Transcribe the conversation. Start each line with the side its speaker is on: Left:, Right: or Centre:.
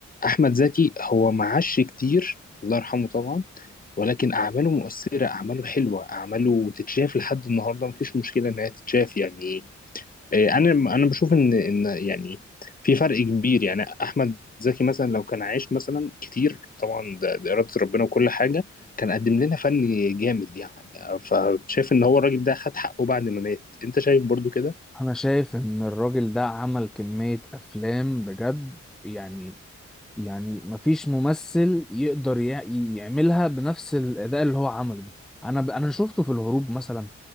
Left: احمد زكي هو معاش كتير الله يرحمه طبعا ولكن اعماله مؤثره اعماله حلوه اعماله تتشاف لحد النهارده مفيش مشكله انها تتشاف يعني آه، انا انا بشوف ان ان يعني في فرق كبير يعني احمد زكي مثلا لو كان عايش مثلا كتير طبعا ده, ده اراده ربنا وكل حاجه كان قدم لنا فن جامد يعني فشايف ان هو الراجل ده خد حقه بعد ما مات انت شايف برضو كده
Centre: انا شايف ان الراجل ده عمل كمية افلام بجد يعني يعني مفيش ممثل يقدر يع- يعملها بنفس الاداء اللي هو عمله ده انا ب... انا شفته في الهروب مثلا